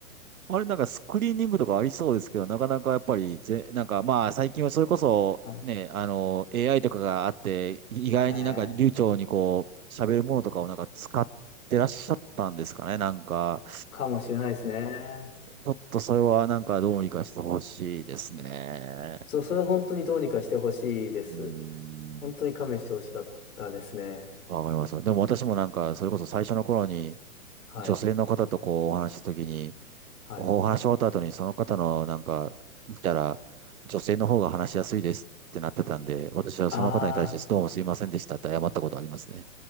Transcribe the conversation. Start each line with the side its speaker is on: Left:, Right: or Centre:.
Right: あれ、なんかスクリーニングとかありそうですけど、なかなかやっぱりぜ、なんかまあ最近はそれこそね、
Left: あ
Right: あの、AI とかがあって、意外になんか流暢にこう、
Left: えー
Right: 喋るものとかをなんか使ってらっしゃったんですかね。なんか、
Left: かもしれないですね。
Right: ちょっとそれはなんかどうにかしてほしいですね。
Left: そう、それは本当にどうにかしてほしいです。
Right: うん。
Left: 本当に勘弁してほしかったですね。
Right: わかります。でも私もなんか、それこそ最初の頃に、
Left: はい。
Right: 女性の方とこうお話しした時に、
Left: はい。
Right: お話し終わった後にその方のなんか、見たら、女性の方が話しやすいですってなってたんで、私はその方に対してどうもすいませんでしたって謝ったことありますね。
Left: ああ、